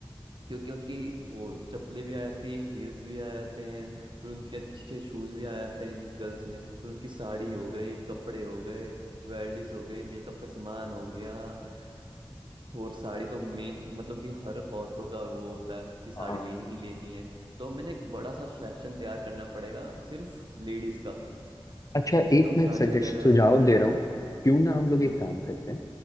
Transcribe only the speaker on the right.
क्योंकि उनकी वो चप्पलें भी आ जाती हैं हील्स भी आ जाते हैं फिर उनके अच्छे अच्छे शूज़ भी आ जाते हैं गर्ल्स में फिर उनकी साड़ी हो गई कपड़े हो गए ज्वेलरीज हो गई मेकअप का सामान हो गया स- और साड़ी तो मेन मतलब कि हर औरतों का वो होता है कि साड़ी
लेनी ही लेनी है तो हमें ना एक बड़ा सा सेक्शन तैयार करना पड़ेगा सिर्फ लेडीज़ का
जिसमें
वो
साड़ी
वगैरह
ज्वेलरी
ले
सके
हम्म